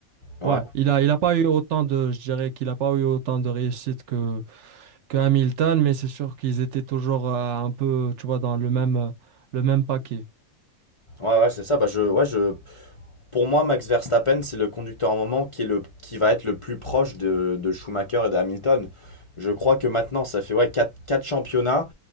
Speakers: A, on the left (about 55°); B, on the right (about 65°).
A: Ouais,
B: ouais, il a, il a pas eu autant de, je dirais qu'il a pas eu autant de réussite que, que Hamilton, mais c'est sûr qu'ils étaient toujours euh, un peu, tu vois, dans le même, euh, le même paquet.
A: ouais, ouais, c'est ça. Bah je, ouais, je, Pour moi, Max Verstappen, c'est le conducteur en moment qui, est le, qui va être le plus proche de, de Schumacher et de Hamilton. Je crois que maintenant, ça fait ouais, 4 championnats.